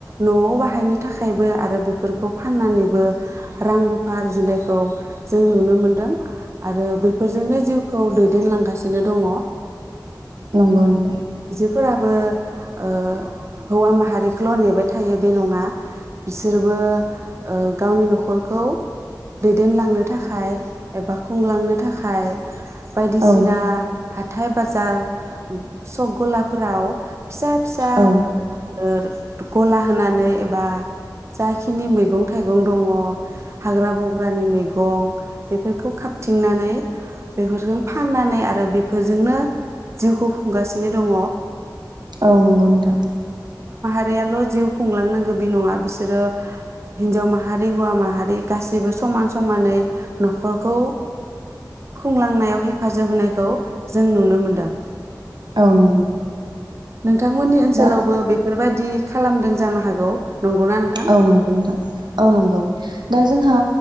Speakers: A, on the right; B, on the right.
A: नआव बाहायनो थाखायबो आरो बेफोरखौ फाननानैबो रां रुफा आरजिनायखौ जों नुनो मोनदों। आरो बिफोरजोंनो जिउ औ दैदेनलांगासिनो दङ।
B: नंगौ नोंथां।
A: फोराबो ओ। बायदिसिना
B: औ
A: हा थाइ बाजार। सग गलाफोराव फिसा फिसा
B: औ
A: ओर गला होनानै एबा जाखिनि मैगं थाइगं दङ हाग्रा बंग्रानि मैगं बेफोरखौ खाबथिंनानै बेफोरखौ फाननानै आरो बेफोरजोंनो जिउखौ खुंगासिनो दङ
B: औ नंगौ नोंथां।
A: बेयाल जिउ खुंलांनांगौ बे नङा। बिसोरो हिनजाव माहारि हौवा माहारि गासैबो समान-समानै, नखरखौ खुंलांनायाव हेफाजाब होनायखौ जों नुनो मोनदों
B: औ नंगौ
A: नोंथांमोननि ओनसोलावबो
B: दा
A: बेफ फोरबायदि खालामदों जानो हागौ नंगौना नोंथां?
B: औ नंगौ नोंथां औ नंगौ दा जोंहा